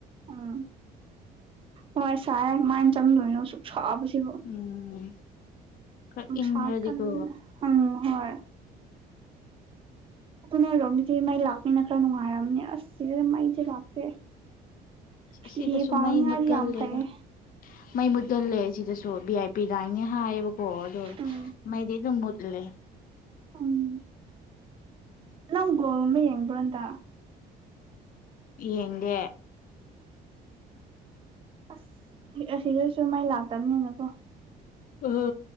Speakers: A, on the right (about 30°); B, on the left (about 55°).
A: ꯎꯝ ꯍꯣꯏ ꯁꯥꯏꯌꯦ ꯀꯃꯥꯏ ꯆꯪꯗꯣꯏꯅꯣ ꯁꯨꯛꯁꯕꯁꯤꯕꯣ꯫
B: ꯎꯝ ꯈ꯭ꯔ
A: ꯅꯨꯡꯁꯥ
B: ꯏꯪꯔꯗꯤꯀꯣ꯫
A: ꯀꯟꯕꯅ ꯎꯝ ꯍꯣꯏ꯫ ꯑꯗꯨ ꯅꯣꯏ ꯑꯣꯏꯔꯣꯝꯗꯗꯤ ꯃꯩ ꯂꯥꯛꯅꯤꯅ ꯈꯔ ꯅꯨꯡꯉꯥꯏꯔꯝꯅꯤ ꯑꯁ ꯁꯤꯗꯗꯤ ꯃꯩꯖꯦ ꯂꯥꯛꯇꯦ꯫ ꯐꯤ
B: ꯑꯁꯤꯗꯁꯨ
A: ꯐꯧꯅꯤꯡꯉꯥꯏꯗꯤ
B: ꯃꯩ ꯃꯨꯠꯀꯜꯂꯦꯗ
A: ꯌꯥꯝ ꯐꯩꯌꯦ꯫
B: ꯃꯩ ꯃꯨꯊꯠꯂꯦ ꯁꯤꯗꯁꯨ ꯚꯤ ꯑꯥꯏ ꯄꯤ ꯂꯥꯏꯟꯅꯦ ꯍꯥꯏꯌꯦꯕꯀꯣ ꯑꯗꯣ
A: ꯎꯝ
B: ꯃꯩꯗꯤ ꯑꯗꯨꯝ ꯃꯨꯠꯂꯤ꯫
A: ꯎꯝ꯫ ꯅꯪ ꯕꯣꯜꯒꯨꯝꯕ ꯌꯦꯡꯕꯔꯥ ꯍꯟꯇꯛ꯫
B: ꯌꯦꯡꯗꯦ꯫
A: ꯑꯁ ꯑꯁꯤꯗꯁꯨ ꯃꯩ ꯂꯥꯛꯇꯝꯅꯤꯅꯀꯣ꯫
B: ꯑꯣ